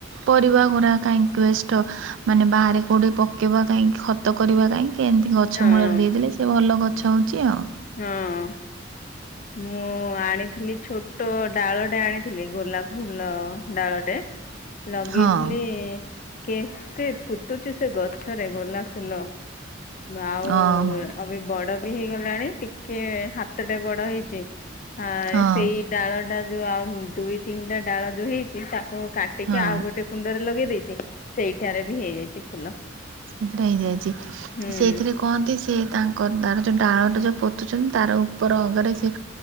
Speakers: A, on the right (about 80°); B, on the left (about 45°).
A: ପରିବା ଗୁଡା କାଇ ୱଷ୍ଟ ମାନେ ବାହାରେ କଉଠି ପ। ପକେଇବା କାହିଁକି ଖତ କରିବା କାହିଁକି ଏମିତି ଗଛ
B: ହଁ
A: ମୂଳରେ ଦେଇଦେଲେ ସେ ଭଲ ଗଛ ହେଉଛି ଆଉ।
B: ହଁ। ମୁଁ ଆଣିଥିଲି ଛୋଟ ଡାଳଟେ ଆଣିଥିଲି ଗୋଲାପ ଫୁଲ ଡାଳଟେ। <unintelligible> ଲଗେଇଥିଲି
A: ହଁ
B: କେତେ ଫୁଟୁଛି ସେ ଗଛରେ ଗୋଲାପ ଫୁଲ। ଆଉ
A: ଓହୋ
B: ଅ ବି ବଡ ବି ହେଇଗଲାଣି। ଟିକେ ହାତଟେ ବଡ ହେଇଛି ଆ
A: ହଁ
B: ସେଇ ଡାଳ। ଟା ଯୋଉ ଆଉ ଦୁଇ, ତିନିଟା ଡାଳ ଯୋଉ ହେଇଛି ତା। କୁ କାଟିକି
A: ହଁ
B: ଆଉ ଗୋଟେ କୁଣ୍ଡରେ ଲଗେଇ ଦେଇଛି ସେଇଠାରେ ବି ହେଇଯାଇଛି ଫୁଲ।
A: ସେଇଥିରେ ହେଇଯାଇଛି
B: ହୁଁ
A: ସେଇଥିରେ। କୁହନ୍ତି ସେ ତାଙ୍କ ତାର ଯେଉଁ ଡାଳଟା ଯେଉଁ ପୋତୁଛନ୍ତି ତାର ଉପର ଅଗରେ ସେ।